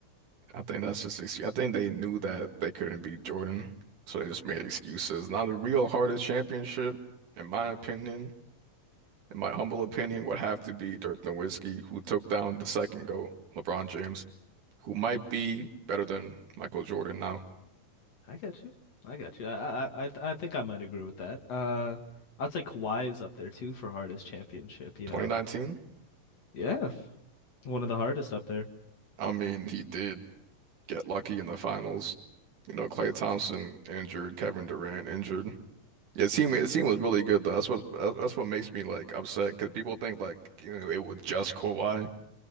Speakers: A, on the right; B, on the left.
A: I think that's just excuse. I think they knew that they couldn't beat Jordan, so they just made excuses. Now the real hardest championship, in my opinion, in my humble opinion, would have to be Dirk Nowitzki, who took down the second GOAT, LeBron James, who might be better than Michael Jordan now.
B: I got you. I got you. I I I, th- I think I might agree with that. Uh, I'd say Kawhi is up there too for hardest championship, you
A: 2019?
B: know. Yeah, one of the hardest up there.
A: I mean, he did get lucky in the finals. You know, Klay Thompson injured, Kevin Durant injured. Yeah, the team, the team was really good though. That's what that's what makes me like upset because people think like you know it was just Kawhi.